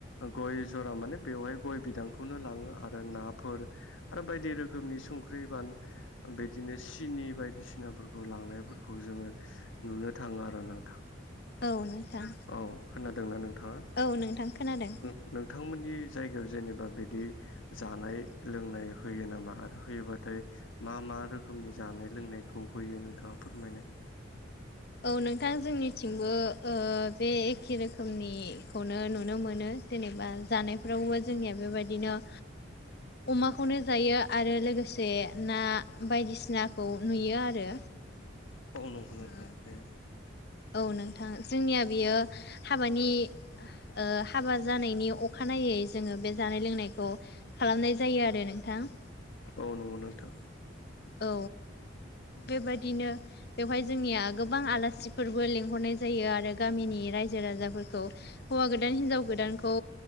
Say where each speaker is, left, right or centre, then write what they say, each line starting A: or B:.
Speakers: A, on the left; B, on the left.
A: गय जरा माने बेवहाय गय बिदांखौनो लाङो आरो नाफोर आरो बायदि रोखोमनि संख्रि बान बिदिनो सिनि बायदिसिना नाफोरखौ लांनायफोरखौ जोङो नुनो थाङो आरो नोंथां
B: औ नोंथां
A: औ खोनादोंना नोंथाङा?
B: औ नोंथां खोनादों
A: नोंथांमोननि जायगायाव जेनेबा बेदि जानाय लोंनाय होयो नामा आरो होयोबाथाय मा मा रोखोमनि जानाय लोंनाय खौ होयो नोंथाङा फोरमायनाय
B: औ नोंथां जोंनिथिंबो ओ बे एखे रोखोमनिखौनो नुनो मोनो जेनेबा जानायफोरावबो जोंनिया बेबायदिनो अमाखौनो जायो आरो लोगोसे ना बायदिसिनाखौ नुयो आरो
A: औ नंगौ नोंथां
B: ओ
A: थारैनो
B: औ नोंथां जोंनिया बेयो हाबानि ओ हाबा जानायनि अखानायै जोङो बे जानाय लोंनायखौ खालामनाय जायो आरो नोंथां
A: औ नंगौ नोंथां
B: औ बेबाददिनो बेवहाय जोंनिया गोबां आलासिफोरबो लेंहरनाय जायो आरो गामिनि रायजो राजाफोरखौ हौवा गोदान हिनजाव गोदानखौ